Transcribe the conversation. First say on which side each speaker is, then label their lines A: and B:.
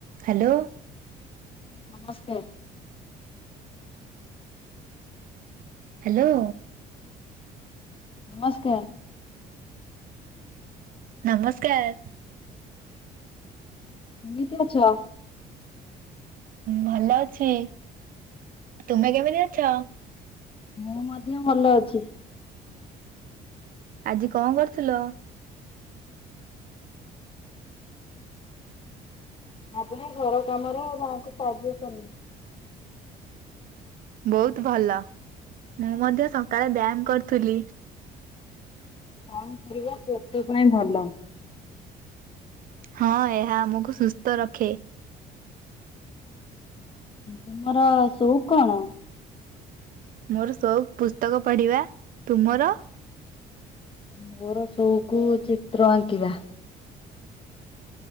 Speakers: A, on the right (about 55°); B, on the left (about 30°).
A: Hello.
B: ନମସ୍କାର୍।
A: Hello.
B: ନମସ୍କାର।
A: ନମସ୍କାର।
B: କେମିତି ଅଛ?
A: ମୁଁ ଭଲ ଅଛି। ତୁମେ କେମିତି ଅଛ?
B: ମୁଁ ମଧ୍ୟ ଭଲ ଅଛି।
A: ଆଜି କଣ କରୁଥିଲ?
B: ଆଜି ମୁଁ ଘର କାମର ମା ଙ୍କୁ ସାହାଯ୍ୟ କଲି।
A: ବହୁତ ଭଲ। ମୁଁ ମଧ୍ୟ ସକାଳେ ବ୍ୟାୟାମ କରୁଥିଲି।
B: ବ୍ୟାୟାମ କରିବା ସ୍ବାସ୍ଥ୍ଯ ପାଇଁ ଭଲ।
A: ହଁ ଏହା ଆମକୁ ସୁସ୍ଥ ରଖେ।
B: ତୁମର ସଉକ୍ କଣ?
A: ମୋର ସଉକ୍ ପୁସ୍ତକ ପଢିବା। ତୁମର?
B: ମୋର ସଉକୁ ଚିତ୍ର ଆଙ୍କିବା।